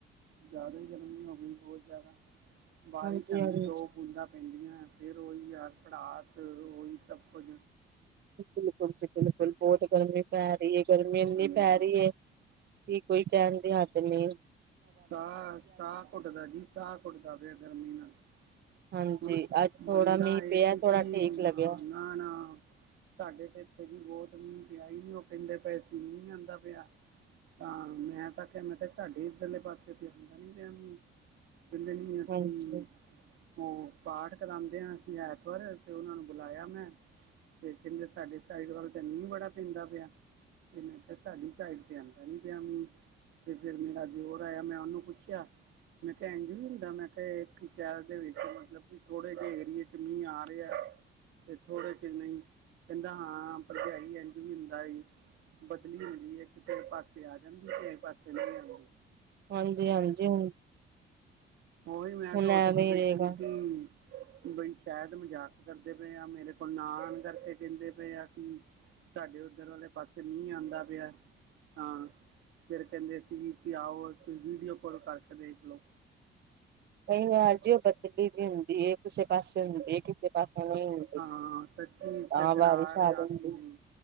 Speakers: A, on the right (about 80°); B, on the right (about 55°).
A: ਜ਼ਿਆਦਾ ਈ ਗਰਮੀ ਹੋ ਗਈ, ਬੋਤ ਜ਼ਾਦਾ। ਬਾਰਿਸ਼
B: ਹਾਂਜੀ-ਹਾਂਜੀ।
A: ਆਂਦੀ, ਦੋ ਬੂੰਦਾਂ ਪੈਂਦੀਆਂ, ਫਿਰ ਓਹੀ ਹਾਲ ਪੜਾਸ ਓਹੀ ਸਭ ਕੁਝ।
B: ਬਿਲਕੁਲ ਜੀ, ਬਿਲਕੁਲ ਬਹੁਤ ਗਰਮੀ ਪੈ ਰਈ ਏ, ਗਰਮੀ ਏਨੀ
A: ਹਾਂਜੀ
B: ਪੈ ਰਈ ਏ ਕੀ ਕੋਈ ਕੈਣ ਦੀ ਹੱਦ ਨਈ।
A: ਸਾਹ -ਸਾਹ ਘੁੱਟਦਾ ਜੀ, ਸਾਹ ਘੁੱਟਦਾ ਪੇਆ ਗਰਮੀ ਨਾਲ।
B: ਹਾਂਜੀ
A: ਹੁਣ
B: ਅੱਜ ਥੋੜਾ
A: ਬੰਦਾ
B: ਮੀਂਹ ਪਿਆ
A: ਏਸੀ
B: ਥੋੜਾ
A: ਚ ਵੀ
B: ਠੀਕ
A: ਨਾ
B: ਲੱਗਿਆ
A: -ਨਾ ਸਾਡੇ ਤੇ ਇੱਥੇ ਜੀ ਬੋਤ ਮੀਂਹ ਪਿਆ ਨੀ, ਉਹ ਕੈਹਦੇ ਪਏ ਸੀ ਮੀਂਹ ਆਂਦਾ ਪੇਆ, ਤਾਂ ਮੈਂ ਤਾਂ ਕੇਆ ਮੈਂ ਕੇਆ ਸਾਡੇ ਏਧਰਲੇ ਪਾਸੇ ਤੇ ਆਂਦਾ ਨੀ ਪਤਾ ਮੀਹ। ਕੈਂਦੇ ਨੀ ਅਸੀਂ,
B: ਹਾਂਜੀ
A: ਓਹ ਪਾਠ ਕਰਾਂਦੇ ਆ ਅਸੀਂ ਐਤਵਾਰ, ਤੇ ਓਹਨਾਂ ਨੂੰ ਬੁਲਾਇਆ ਮੈਂ! ਤੇ ਕੈਂਦੇ ਸਾਡੇ ਸਾਈਡ ਵੱਲ ਤਾਂ ਮੀਂਹ ਬੜਾ ਪੈਂਂਦਾ ਪੇਆ। ਤੇ ਮੈਂ ਕੇਆ ਸਾਡੀ ਸਾਈਡ ਤੇ ਆਂਦਾ ਨੀ ਪਿਆ ਮੀਂਹ। ਤੇ ਫਿਰ ਮੇਰਾ ਦਿਓਰ ਆਇਆ, ਮੈਂ ਓਹਨੂੰ ਪੁੱਛਿਆ? ਮੈਂ ਕਿਹਾ ਐਂਝ ਵੀ ਹੁੰਦਾ ਮੈਂ ਕਿਹਾ ਇੱਕ ਸ਼ਹਿਰ ਦੇ ਵਿੱਚ ਮਤਲਬ ਕਿ ਥੋੜੇ ਜਿਹੇ ਏਰੀਏ 'ਚ ਮੀਂਹ ਆ ਰਿਹਾ ਤੇ ਥੋੜੇ ਚਿਰ ਨਹੀਂ ਕਹਿੰਦਾ ਹਾਂ ਭਰਜਾਈ ਇੰਝ ਵੀ ਹੁੰਦਾ ਏ ਬਦਲੀ ਹੁੰਦੀ ਐ, ਕਿਸੇ ਪਾਸੇ ਆ ਜਾਂਦੀ ਐ, ਕਿਸੇ ਪਾਸੇ ਨਈਂ ਆਂਦੀ।
B: ਹਾਂਜੀ ਹਾਂਜੀ, ਹੁਨ
A: ਓਹੀ ਮੈਂ ਸੋਚਦੀ
B: ਐਵੇਂ
A: ਪਈ
B: ਹੀ ਰਹੇਗਾ
A: ਸੀ ਕਿ ਬਈ, ਸ਼ਾਇਦ ਮਜ਼ਾਕ ਕਰਦੇ ਪਏ ਆ, ਮੇਰੇ ਕੋਲ ਨਾ ਆਨ ਕਰਕੇ ਕਹਿੰਦੇ ਪਏ ਆ ਕਿ ਸਾਡੇ ਉੱਧਰ ਵਾਲੇ ਪਾਸੇ ਮੀਂਹ ਆਂਦਾ ਪਿਆ। ਹਾਂ, ਫਿਰ ਕਹਿੰਦੇ ਸੀ ਤੁਸੀਂ ਆਉ, ਤੁਸੀ ਵੀਡੀਓ ਕੋਲ ਕਰਕੇ ਦੇਖ ਲਉ।
B: ਕਈ ਵਾਰ ਜੀ ਓ ਬਦਲੀ ਜਿਹੀ ਹੁੰਦੀ ਏ, ਕਿਸੇ ਪਾਸੇ ਹੁੰਦੀ ਏ, ਕਿਸੇ ਪਾਸੇ ਨਈ ਹੁੰਦੀ।
A: ਹਾਂ, ਸੱਚੀ
B: ਤਾਂ
A: ਇੱਥੇ ਫਿਰ
B: ਬਾਰਿਸ਼
A: ਆ ਰਹੇ ਆ
B: ਜਾਂਦੀ
A: ਅਸੀਂ ਵੀ।
B: ਹੈ।